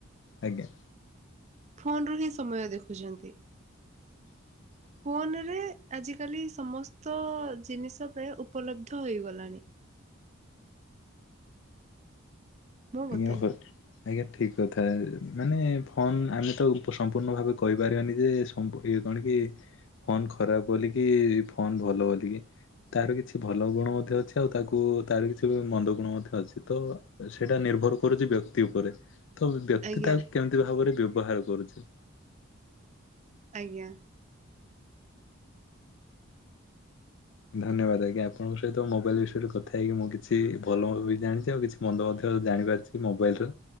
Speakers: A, on the left; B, on the right.
A: ଆଜ୍ଞା।
B: ଫୋନରୁ ହିଁ ସମୟ ଦେଖୁଚନ୍ତି।
A: ହ
B: ଫୋନରେ ଆଜିକାଲି ସମସ୍ତ ଜିନିଷ ପ୍ରାୟ ଉପଲବ୍ଧ ହେଇଗଲାଣି। ମୋ ମତରେ
A: ଆଜ୍ଞା ହୋ ଆଜ୍ଞା ଠିକ କଥା ମାନେ ଫୋନ ଆମେ ତ ଉ ସମ୍ପୂର୍ଣ୍ଣ ଭାବେ କହିପାରିବାନି ଯେ ସ ଅମ୍ପ୍ ଇଏ କଣ କି ଫୋନ ଖରାପ ବୋଲିକି ଫୋନ ଭଲ ବୋଲିକି। ତାର କିଛି ଭଲ ଗୁଣ ମଧ୍ୟ ଅଛି ଆଉ ତାକୁ ତାର କିଛି ବି ମନ୍ଦ ଗୁଣ ମଧ୍ୟ ଅଛି ତ ଏସ ସେଇଟା ନିର୍ଭର କରୁଚି ବ୍ୟକ୍ତି ଉପରେ ତ ବ୍ୟକ୍ତି
B: ଆଜ୍ଞା
A: ତାହାକୁ କେମତି ଭାବରେ ବ୍ୟବହାର କରୁଚି।
B: ଆଜ୍ଞା।
A: ଧନ୍ୟବାଦ ଆଜ୍ଞା ଆପଣଙ୍କ ସହିତ ମୋବାଇଲ ବିଷୟରେ କଥା ହେଇକି ମୁଁ କିଛି ଭଲ ବି ଜାଣିଚି ଆଉ କିଛି ମନ୍ଦ ମଧ୍ୟ ଜାଣିପାରିଛି। ଏଇ ମୋବାଇଲର